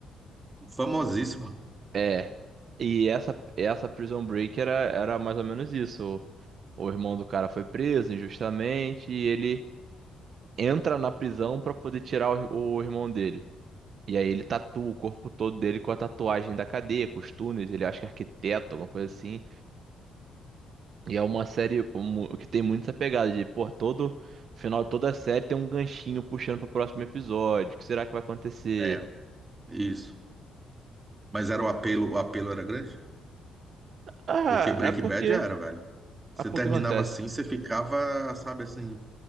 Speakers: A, on the right (about 25°); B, on the right (about 60°).
A: Famosíssima.
B: É. E essa, essa Prison Break era, era mais ou menos isso. O, o irmão do cara foi preso injustamente e ele entra na prisão pra poder tirar o, ir- o irmão dele. E aí ele tatua o corpo todo dele com a tatuagem da cadeia, com os túneis, ele acha que é arquiteto, alguma coisa assim. E é uma série mu- que tem muito essa pegada de, pô, todo final, toda série tem um ganchinho puxando pro próximo episódio. O que será que vai acontecer?
A: É, isso. Mas era o apelo, o apelo era grande?
B: Ah,
A: Porque Breaking
B: é porque.
A: Bad era, velho. Você
B: É porque
A: terminava
B: acontece.
A: assim, você ficava, sabe assim,